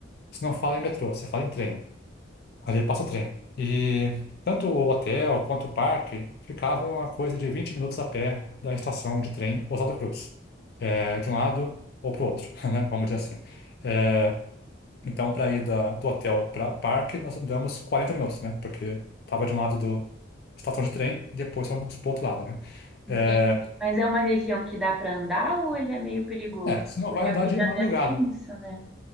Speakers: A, on the left; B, in the centre.
A: você não fala em metrô, você fala em trem. Ali passa o trem. E tanto o hotel quanto o parque ficavam a coisa de 20 minutos a pé da estação de trem Ousado Cruz. É, de um lado ou para o outro, <laughs> né? Vamos dizer assim. É, então, para ir da, do hotel para parque, nós andamos 40 minutos, né? Porque tava de um lado do estação de trem e depois fomos para outro lado, né? É,
B: Entendi. Mas é uma região que dá para andar ou ele é meio perigoso?
A: é, você não
B: Porque
A: vai andar
B: o Rio
A: de
B: de Janeiro
A: madrugada.
B: tem isso, né?